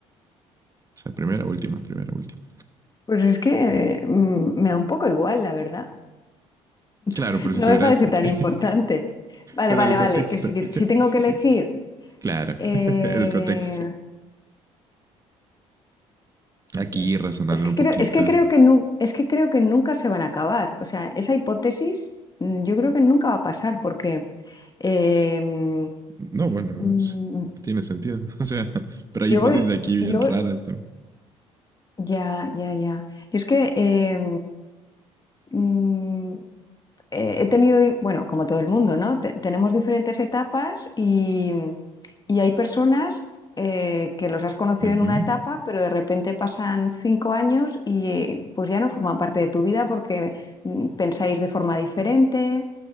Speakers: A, on the right (about 20°); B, on the left (about 25°).
A: O sea, primera, última, primera, última.
B: Pues es que eh, mm, me da un poco igual, la verdad.
A: Claro,
B: <laughs>
A: pero si
B: No
A: tuvieras...
B: me parece tan
A: <laughs>
B: importante. <laughs> Vale,
A: pero
B: vale,
A: en el
B: vale,
A: contexto.
B: que si, si
A: <laughs>
B: tengo
A: Sí,
B: que elegir,
A: claro,
B: eh,
A: <laughs> en el contexto. Aquí
B: eh,
A: razonando
B: es que
A: un
B: creo,
A: poquito.
B: es que creo que nu- es que creo que nunca se van a acabar. O sea, esa hipótesis mm, yo creo que nunca va a pasar porque eh, mm,
A: No, bueno,
B: mm,
A: sí, tiene sentido. <laughs> O sea, pero hay
B: yo
A: hipótesis
B: voy,
A: aquí bien
B: yo
A: raras
B: voy-
A: también.
B: ya, ya, ya. Y es que eh, mm, eh, he tenido, di- bueno, como todo el mundo, ¿no? Te- tenemos diferentes etapas y, y hay personas eh, que los has conocido
A: Ujú.
B: en una etapa, pero de repente pasan cinco años y eh, pues ya no forman parte de tu vida porque mm, pensáis de forma diferente.